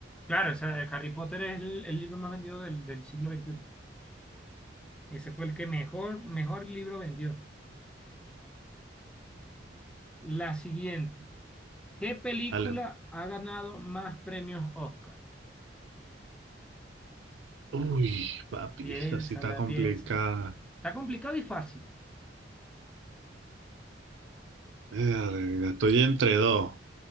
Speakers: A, in the centre; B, on the right (about 75°).
A: Claro, o sea, Harry Potter es el, el libro más vendido del, del siglo XXI. Ese fue el que mejor, mejor libro vendió. La siguiente. ¿Qué película
B: Dale.
A: ha ganado más premios Oscar?
B: Uy, papi,
A: Piénsala,
B: esa sí está complicada.
A: piensa. Está complicado y fácil.
B: Verga, Estoy entre dos.